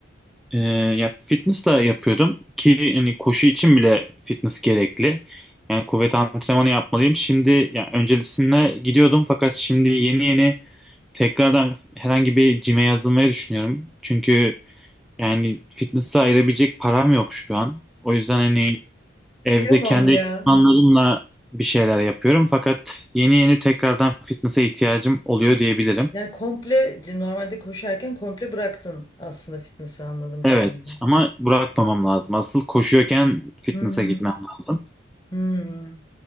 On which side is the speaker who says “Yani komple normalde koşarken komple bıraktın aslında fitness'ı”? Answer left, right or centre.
Left